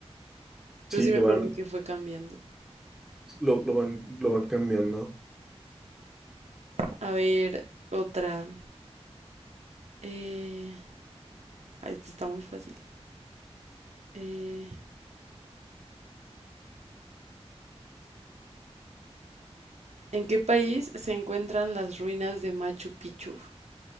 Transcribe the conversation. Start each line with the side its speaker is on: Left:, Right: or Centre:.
Centre: Sí,
Right: pero sí
Centre: le
Right: me acuerdo
Centre: van,
Right: que fue cambiando.
Centre: lo, lo van, lo van cambiando.
Right: A ver, otra. Eh, ah, esta está muy fácil. Eh, ¿En qué país se encuentran las ruinas de Machu Picchu?